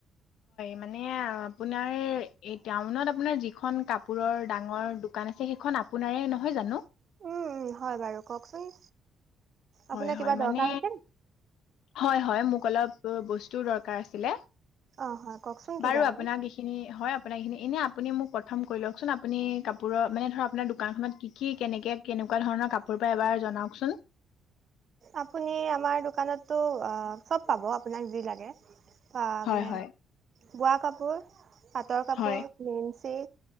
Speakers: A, on the left; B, on the right.
A: মানে আপোনাৰ এই টাউনত আপোনাৰ যিখন কাপোৰৰ ডাঙৰ দোকান আছে, সেই খন আপোন এ নহয় জানো।
B: উম উম হয় বাৰু কওকচোন,
A: হয়
B: আপোনাৰ
A: হয়
B: কিবা
A: মানে
B: দৰকাৰ হৈছিল
A: হয় হয় মোক, অলপ বস্তু দৰকাৰ হৈছিলে
B: অঁ হয় কওকচোন কি
A: বাৰু
B: লাগে
A: আপোনাক এইখিনি হয়, আপোনাৰ এইখিনি এনেই আপুনি মোক প্ৰথম কৰি লওকচোন। আপুনি কাপোৰৰ মানে ধৰক আপোনাৰ দোকানখনত কি কি কেনেকৈ কেনে, এনেকুৱা ধৰণৰ কাপোৰ পাই এবাৰ জনাওকচোন।
B: আপুনি আমাৰ দোকানতটো চব পাব আপোনাক যি লাগে। বা
A: হয়
B: মানে
A: হয়
B: বোৱা কাপোৰ পাটৰ কাপোৰ
A: হয়
B: লিন্ঞ্চি,